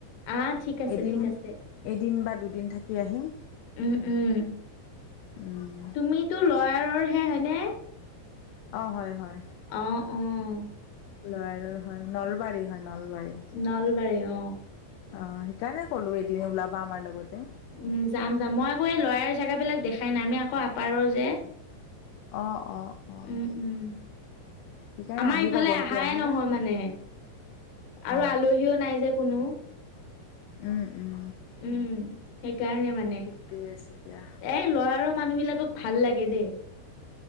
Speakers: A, on the left; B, on the left.
A: অ', ঠিক, আছে
B: এদিন
A: ঠিক, আছে
B: এদিন বা দুদিন থাকি আহিম
A: উম, উম।
B: উম,
A: তুমিতো লয়াৰৰ হে হয়নে।
B: অ, হয়, হয়।
A: অহ, উম।
B: লয়াৰৰ, হয় নলবাৰী, হয় নলবাৰী। অ',
A: নলবাৰী অ'।
B: সেইকাৰণে কলো এদিন ওলাবা আমাৰ লগত।
A: উ যাম, যাম মই আকৌ এই লৰই জেগাবিলাক দেখাই নাই আমি আকৌ আপাৰৰ যে।
B: অ', অ', অ',
A: উম, উম।
B: সেইকাৰণে
A: আমাৰ
B: আহিবা
A: ইফালে
B: গুৱাহাটী
A: অহা
B: আহিবা
A: নহয় মানে আৰু
B: অ
A: আলহীও নাই যে কোনো
B: উম উম
A: উম, সেইকাৰণে মানে
B: ঠিকে আছে দিয়া
A: এ ল'ৰাৰৰ মানুহবিলাকক ভাল লাগে দেই।